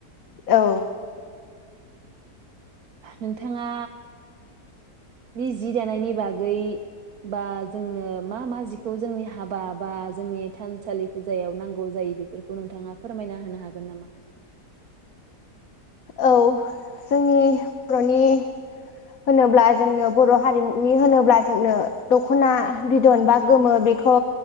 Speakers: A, on the left; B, on the right.
A: औ
B: नोंथाङा नि जि दानायनि बागै बा जोंनो मा मा जिखौ जोंनि हाबा बा जोंनि थानसालि फुजायाव नांगौ जायो बेफोरखौ नोंथाङा फोरमायना होनो हागोन नामा?
A: औ जोंनि बरनि होनोब्ला जोंनो बर हारिमुनि होनोब्ला जोंनो दखना बिदन बा गोमो बेखौ